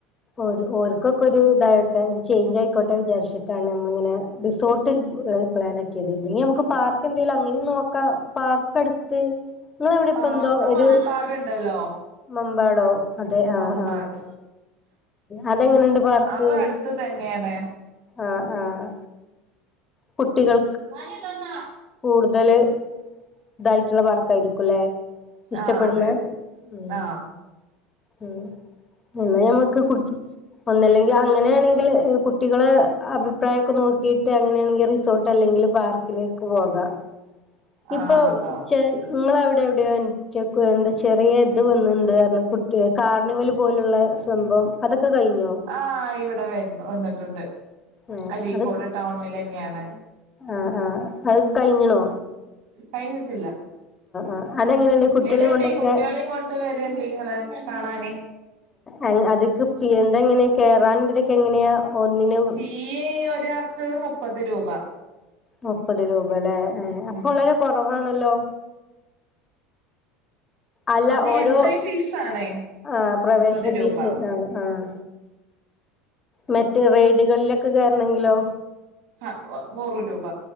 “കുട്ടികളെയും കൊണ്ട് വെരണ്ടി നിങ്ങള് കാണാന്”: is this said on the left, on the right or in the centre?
Right